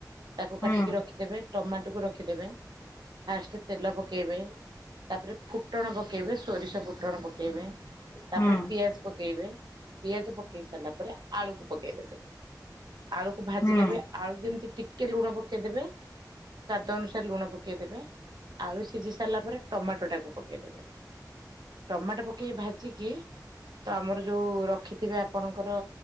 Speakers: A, on the right; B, on the left.
A: ତାକୁ
B: ହୁଁ
A: କାଟିକି ରଖିଦେବେ ଟମାଟକୁ ରଖିଦେବେ ଫାଷ୍ଟ ତେଲ ପକେଇବେ ତାପରେ ଫୁଟଣ ପକେଇବେ ସୋରିଷ ଫୁଟଣ ପକେଇବେ। ତାପରେ
B: ହୁଁ
A: ପିଆଜ ପକେଇବେ। ପିଆଜ ପକେଇ ସାରିଲା ପରେ ଆଳୁକୁ ପକେଇଦେବେ। ଆଳୁକୁ ଭାଜିଦେବେ
B: ହୁଁ
A: ଆଳୁ ଯେମିତି ଟିକେ ଲୁଣ ପକେଇଦେବେ ସ୍ଵାଦ ଅନୁସାରେ ଲୁଣ ପକେଇଦେବେ। ଆଳୁ ସି ସିଝି ସାରିଲା ପରେ ଟମାଟଟାକୁ ପକେ ଇଦେବେ। ଟମାଟ ପକେଇି ଭାଜିକି ତ ଆମର ଯୋଉ ର କ୍ ଥିବେ ଆପଣଙ୍କର